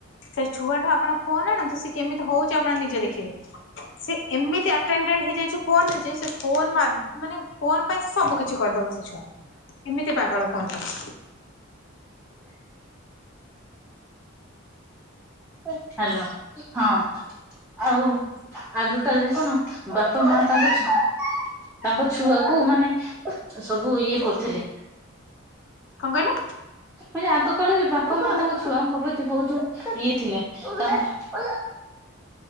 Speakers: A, on the left (about 65°); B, in the centre.
A: ସେ ଛୁଆଠୁ ଆପଣ ଫୋନ ଆଣ ତ ସ ସେ କେମିତି ହଉଛି ଆପଣ ନିଜେ ଦେଖିବେ। ସେ ଏମିତି ଆଟେନଟେନ୍ ହେଇଯାଇଛି ଫୋନରେ ଜେ ଫୋନ ମା ମାନେ ଫୋନ ପାଇଁ ସବୁ କିଛି କରିଦବ ସେ ଛୁଆ ଏମିତି ପାଗଳ ଫୋନ ପାଇଁ।
B: ହ୍ୟାଲୋ ହଁ। ଆଉ ଆଗ କାଲିରେ କଣ ବାପା ମା ତାକୁ ତାଙ୍କ ଛୁଆକୁ ମାନେ ସବୁ ଇଏ କରୁଥିଲେ।
A: କଣ କହିଲ?
B: ମାନେ ଆଗ କାଳେ ବାପା ମା ତାଙ୍କ ଛୁଆଙ୍କ ପ୍ରତି ବହୁତ ଇଏ ଥିଲେ ତା <unintelligible>